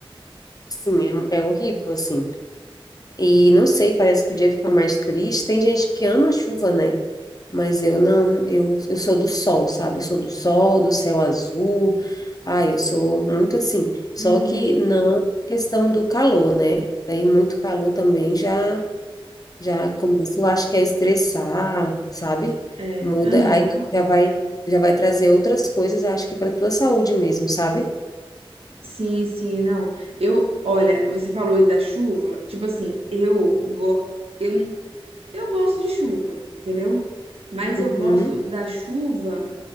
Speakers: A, on the left (about 40°); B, on the right (about 80°).
A: sim, é, é horrível, assim. E não sei, parece que o dia fica mais triste. Tem gente que ama a chuva, né? Mas eu não, eu, eu sou do sol, sabe? Eu sou do sol, do céu azul. Ai, eu sou muito assim. Só
B: Uhum,
A: que não a questão do calor, né? Daí muito calor também já. Já começa, eu acho que é estressar, sabe?
B: é,
A: Muda,
B: aham,
A: aí já vai, já vai trazer outras coisas, acho que para tua saúde mesmo, sabe?
B: Sim, sim, não. Eu, olha, você falou aí da chuva, tipo assim, eu, go, eu, eu gosto de chuva, entendeu? Mas
A: Uhum.
B: eu gosto da chuva,